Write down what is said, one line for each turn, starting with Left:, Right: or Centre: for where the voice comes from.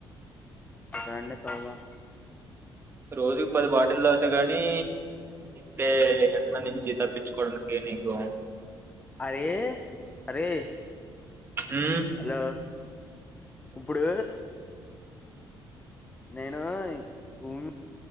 Left: సరే అండి తాగుదం
Right: రోజుకి పది బాటిల్ తాగితే గాని అంటే ఎండ
Left: ఉమ్
Right: నుంచి తప్పించుకోవడం కే నీకు
Left: అరే అరే
Right: ఉమ్
Left: హలో ఇప్పుడు నేను భూమి